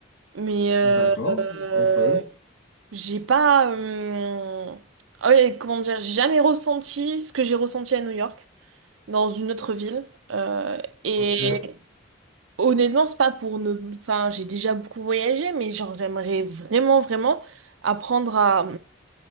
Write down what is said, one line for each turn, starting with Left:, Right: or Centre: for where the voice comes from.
Right: mais euh,
Left: D'accord,
Right: euh,
Left: incroyable.
Right: j'ai pas, euh, ah ouais, comment dire, j'ai jamais ressenti ce que j'ai ressenti à New York dans une autre ville. Euh, et
Left: Ok.
Right: Honnêtement, c'est pas pour ne... Enfin, j'ai déjà beaucoup voyagé, mais genre, j'aimerais vraiment, vraiment apprendre à...